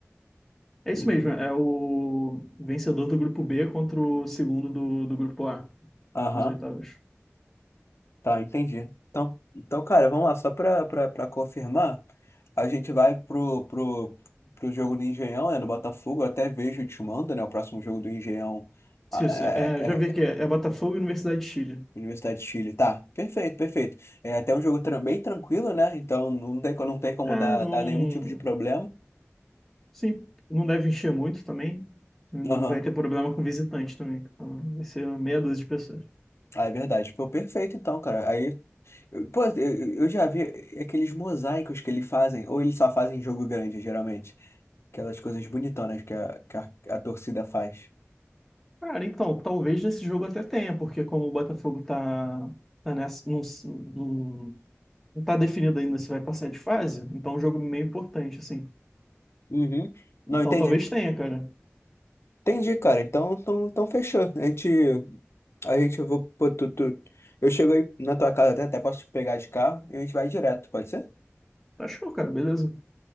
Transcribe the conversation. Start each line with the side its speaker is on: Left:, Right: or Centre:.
Centre: É isso
Left: Hum.
Centre: mesmo, é o vencedor do grupo B contra o segundo do, do grupo A,
Left: Aham,
Centre: nas oitavas.
Left: tá, entendi. Então, então, cara, vamos lá, só pra, pra, pra confirmar, a gente vai pro, pro, pro jogo do Engenhão, né, do Botafogo, eu até vejo e te mando, né, o próximo jogo do Engenhão ah,
Centre: Isso,
Left: é,
Centre: é, é, já vi que
Left: é
Centre: é, é Botafogo e Universidade de Chile.
Left: Universidade de Chile, tá? Perfeito, perfeito. É até um jogo tran- bem tranquilo, né, então não tem, co- não tem como
Centre: É,
Left: dar,
Centre: não.
Left: dar nenhum tipo de problema.
Centre: Sim, não deve encher muito também. Não
Left: Aham.
Centre: vai ter problema com visitante também. então Vai ser meia dúzia de pessoas.
Left: Ah, é verdade. Pô, perfeito então, cara. Aí Pô, eu eu já vi aqueles mosaicos que eles fazem, ou eles só fazem em jogo grande, geralmente. Aquelas coisas bonitonas que a, que a, a torcida faz.
Centre: Cara, então, talvez nesse jogo até tenha, porque como o Botafogo tá, tá nessa. Não, não, não tá definido ainda se vai passar de fase, então é um jogo meio importante, assim.
Left: Uhum. Não,
Centre: Então
Left: entendi.
Centre: talvez tenha, cara.
Left: Entendi, cara. Então, então, então fechou. A gente, a gente, eu vou, pô, tu, tu- eu chego aí na tua casa até, até posso te pegar de carro e a gente vai direto, pode ser?
Centre: Tá show, cara. Beleza.